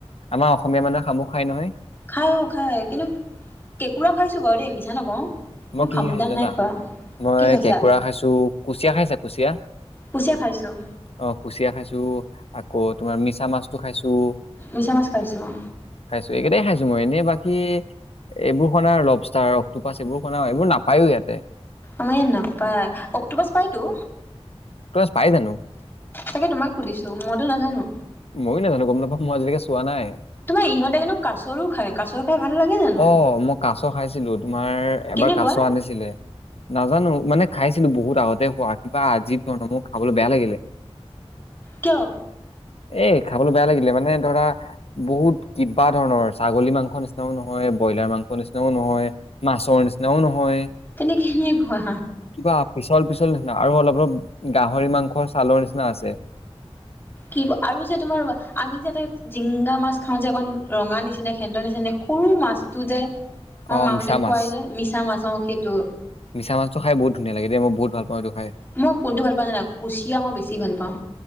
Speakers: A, on the left; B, on the left.
A: আমাৰ অসমীয়া মানুহে শামুক খাই নহয়
B: খাই অ খাই কিন্তু কেঁকুৰা খাইছো বাৰু দেই মিছা নকওঁ কিন্তু
A: মই কি
B: শামুকদাল
A: কি খাইছো জানা
B: নাই খোৱা
A: মই
B: কি খাইছা
A: কেঁকোৰা খাইছো কুচিয়া খাইছা কুচিয়া
B: কুচিয়া খাইছোঁ
A: অ কুচিয়া খাইছো আকৌ তোমাৰ মিছা মাছটো খাইছো
B: মিছা মাছ খাইছো অ
A: খাইছো এইকেইটাই খাইছো মই এনে বাকী এইবোৰ শনা লবষ্টাৰ অক্টোপাছ এইবোৰ শনাও এইবোৰ নাপায়ো ইয়াতে
B: আমাৰ ইয়াত নাপায় অক্টোপাছ পায়তো
A: পাই জানো
B: তাকে তোমাক সুধিছো মইতো নাজানো
A: ময়ো নাজানো গম নাপামওঁ মই আজিলৈকে চোৱা নাই
B: তোমাৰ ইহঁতে কিন্তু কাছৰো খায় কাছ খাই ভাল লাগে জানো
A: অ মই কাচ খাইছিলো তোমাৰ
B: কেনেকুৱা
A: এবাৰ কাছ আনিছিলে নাজানো মানে খাইছিলো বহুত আগতে খোৱা কিবা আজিব ধৰণৰ মোৰ খাবলে বেয়া লাগিলে
B: কিয়
A: এ খাবলৈ বেয়া লাগিলে মানে ধৰা বহুত কিবা ধৰণৰ ছাগলী মাংস নি নহয় ব্ৰইলাৰ মাংস নিচিনাও নহয় মাছৰ নিচিনাও নহয়
B: তেন্তে কেনেকুৱা
A: কিবা পিছল, পিছল নিচিনা আৰু অলপ, অলপ গাহৰি মাংস ছালৰ নিচিনা আছে।
B: কি আৰু যে তোমাৰ ৰবা, আমি যে তা জিংদা মাছ খাওঁ যে, অকণ ৰঙা নিচিনা, সেন্তৰ নিচিনা সৰু মাছটো যে মা,
A: অ
B: মাহতে
A: মিছা
B: খোৱাই
A: মাছ
B: যায়, মিছা মাছ সেইটো।
A: মিছা মাছটো খাই বহুত ধনীয়া লাগে, মই বহু ভাল পাওঁ এইটো খাই।
B: মই কোনটো ভাল পাওঁ জানা, কুচিয়া মই বেছি ভাল পাওঁ।